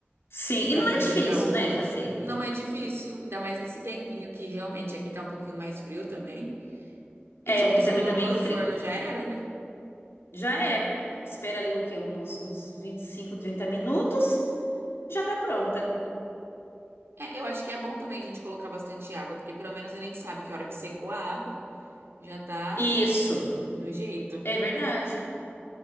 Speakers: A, on the left; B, on the right.
A: Sim,
B: pra
A: e não
B: fazer
A: é difícil,
B: pra hoje.
A: né, fazer.
B: Não é difícil, ainda mais nesse tempinho que realmente aqui tá um pouquinho mais frio também. E
A: É,
B: tipo,
A: aqui
B: você
A: também
B: colocou
A: tá meio
B: no
A: frio.
B: forno já era, né?
A: Já era. Espera ali o quê? Uns, uns 25 30 minutos. Já tá pronta.
B: É, eu acho que é bom também a gente colocar bastante água, porque pelo menos a gente sabe que a hora que secou a água, já tá
A: Isso.
B: no jeito.
A: É verdade.